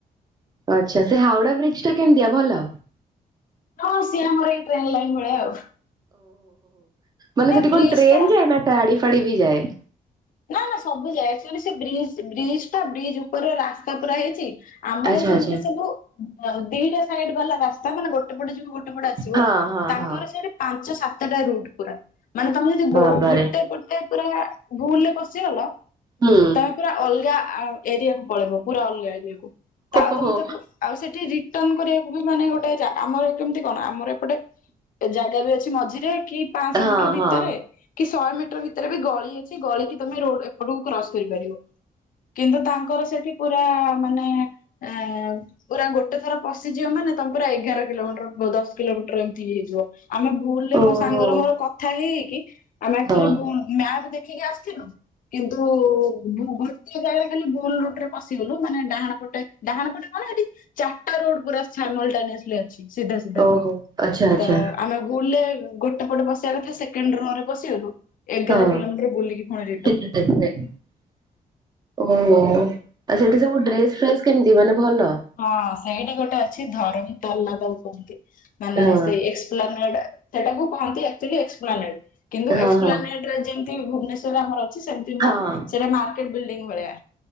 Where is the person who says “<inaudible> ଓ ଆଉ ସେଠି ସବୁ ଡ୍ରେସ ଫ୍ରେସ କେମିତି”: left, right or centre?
Right